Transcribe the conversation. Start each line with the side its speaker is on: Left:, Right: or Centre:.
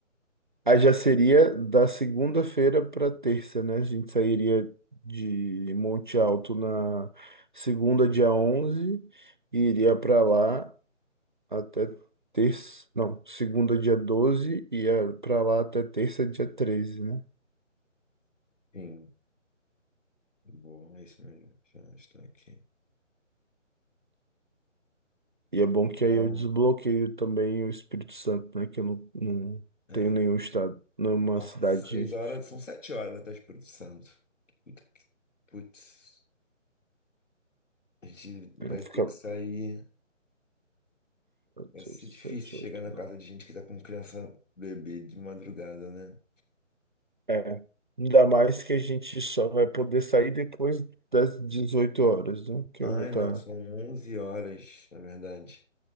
Right: Aí já seria da segunda-feira para terça, né? A gente sairia de Monte Alto na segunda, dia 11, e iria para lá até terça, não, segunda dia 12 e é pra lá até terça dia treze né?
Left: Sim, bom, é isso mesmo. Já estou aqui.
Right: E é bom
Left: Dá,
Right: que aí eu desbloqueio também o Espírito Santo, né? Que eu não, não
Left: é.
Right: tenho nenhum estado, nenhuma
Left: São
Right: cidade.
Left: seis horas, são sete horas até o Espírito Santo. Puta que- Putz, a gente vai
Right: Não Fica.
Left: ter que sair. Vai
Right: seis
Left: ser difícil
Right: sete,
Left: chegar
Right: oito,
Left: na
Right: nove.
Left: casa de gente que tá com criança bebê de madrugada, né?
Right: É. Ainda mais que a gente só vai poder sair depois das 18 horas, né? Que
Left: Ai,
Right: eu vou estar.
Left: não, são 11 horas, na verdade.